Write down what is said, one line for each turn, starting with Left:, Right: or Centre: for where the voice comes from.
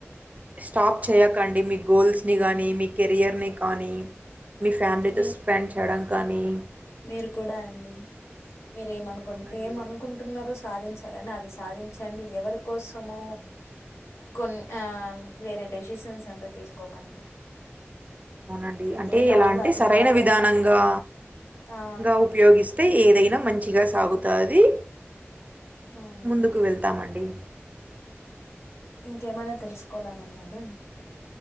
Right: స్టాప్ చేయకండి మీ గోల్స్ని కానీ మీ కెరియర్ని కానీ మీ ఫ్యామిలీతో
Left: మీరు
Right: స్పెండ్ చేయడం కానీ
Left: మీరు కూడా అండి మీరు ఏమకు
Right: అవునండి.
Left: ఏనుకుంటున్నారో సాధించాలని అది సాధించండి ఎవరి కోసమ
Right: అవును.
Left: కొన్ని వేరే డెసిషన్స్ అంటూ తీసుకోకండి
Right: అవునండి
Left: మీకేం
Right: అంటే
Left: కావాలో
Right: ఎలా అంటే
Left: అది
Right: సరైన
Left: మాత్రమే
Right: విధానంగా
Left: ఆ,
Right: గా ఉపయోగిస్తే ఏదైనా మంచిగా సా అతాది
Left: అవునండి
Right: ముందుకు వెళ్తామండి
Left: ఇంకేమైనా తెలుసుకోవాలని ఉన్నాదా